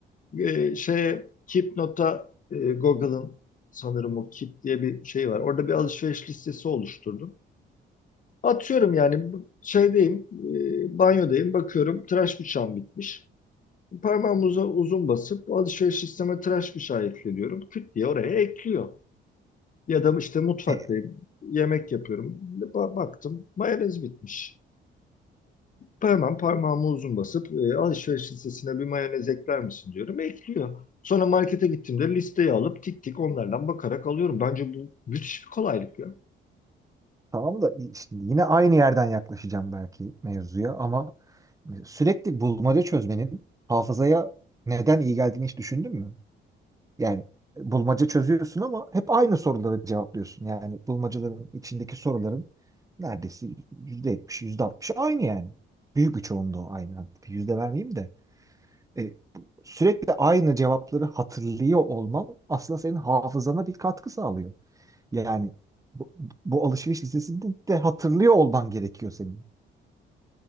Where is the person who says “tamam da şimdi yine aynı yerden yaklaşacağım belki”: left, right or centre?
Right